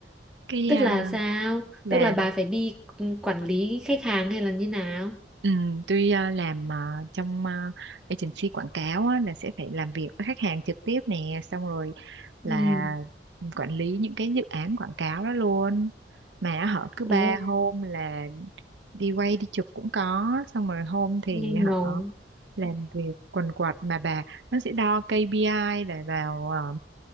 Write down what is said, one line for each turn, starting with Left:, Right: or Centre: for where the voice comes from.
Right: Cái
Centre: Tức
Right: à,
Centre: là sao?
Right: là
Centre: Tức là bà phải đi ừ, quản lý khách hàng hay là như nào?
Right: ừm, tuy ờ, làm ờ, trong ờ, agency quảng cáo á, là sẽ phải làm việc với khách hàng trực tiếp nè xong rồi là
Centre: Ừ.
Right: quản lý những cái dự án quảng cáo đó luôn mà họ cứ
Centre: Ồ,
Right: ba hôm là đi quay đi chụp cũng có xong rồi hôm thì
Centre: nghe
Right: họ
Centre: ngầu.
Right: làm việc quần quật mà bà nó sẽ đo KPI để vào ờ,